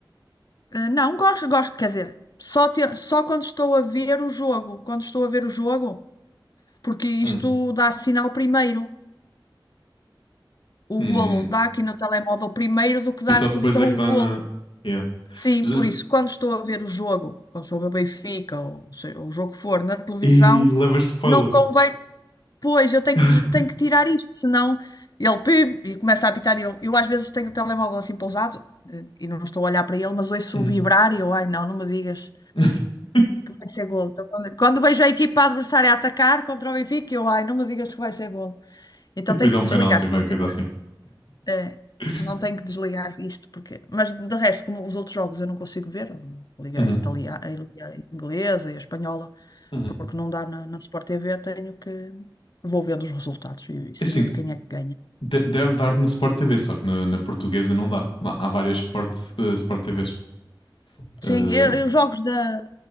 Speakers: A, on the left; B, on the left.
A: Eh, não, gosto, gosto, quer dizer, só, te- só quando estou a ver o jogo, quando estou a ver o jogo, porque isto
B: Hum.
A: dá sinal primeiro. O
B: Hum.
A: golo dá aqui no telemóvel primeiro do que dá
B: E só
A: na
B: depois
A: televisão
B: é
A: o
B: que dá
A: golo.
B: na... Yeah.
A: Sim,
B: Já-
A: por isso, quando estou a ver o jogo, quando estou a ver o Benfica, ou seja, o jogo que for, na televisão,
B: E levas spoiler.
A: não convém. Pois, eu tenho
B: <laughs>
A: que, des- tenho que tirar isto, senão ele pib, e começa a apitar. e Eu, eu às vezes tenho o telemóvel assim pousado eh, e não estou a olhar para ele, mas ouço
B: Uhum.
A: o vibrar e eu, ai não, não me digas
B: <laughs>
A: que vai ser golo. Então, quando, quando vejo a equipa adversária a atacar contra o Benfica, eu, ai, não me digas que vai ser golo. Então
B: E depois
A: tenho que
B: dá um
A: desligar,
B: penalti
A: senão
B: ou qualquer
A: fica.
B: coisa assim.
A: É,
B: <laughs>
A: não tenho que desligar isto, porque. Mas de resto, como os outros jogos eu não consigo ver, liga
B: Uhum,
A: a italiana, a liga a inglesa e a espanhola,
B: uhum.
A: porque não dá na, na Sport TV, tenho que. Vou vendo os resultados e, e seguindo
B: É Assim,
A: quem é que ganha.
B: de- deve dar na Sport TV, só que na, na portuguesa não dá. Lá Há várias Sport, eh, Sport TVs.
A: Sim,
B: Eh,
A: eu, eu- os jogos da,